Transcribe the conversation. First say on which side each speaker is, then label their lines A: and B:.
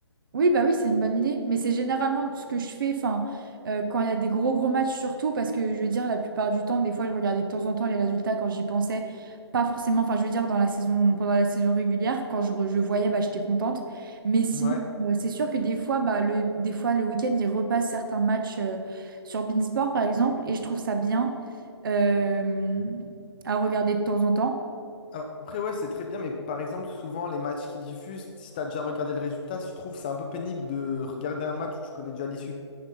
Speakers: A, on the right; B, on the left.
A: Oui, bah oui, c'est une bonne idée. Mais c'est généralement ce que je fais, enfin, euh, quand il y a des gros gros matchs surtout, parce que je veux dire, la plupart du temps, des fois, je regardais de temps en temps les résultats quand j'y pensais. Pas forcément, enfin, je veux dire, dans la saison, pendant la saison régulière, quand je, re- je voyais, bah, j'étais contente. Mais sinon,
B: Ouais.
A: euh, c'est sûr que des fois, bah, le, des fois, le week-end, ils repassent certains matchs euh, sur Beansport, par exemple, et je trouve ça bien euh, à regarder de temps en temps.
B: Après, ouais, c'est très bien, mais par exemple, souvent, les matchs qui diffusent, si t'as déjà regardé le résultat, je trouve que c'est un peu pénible de regarder un match où tu connais déjà l'issue.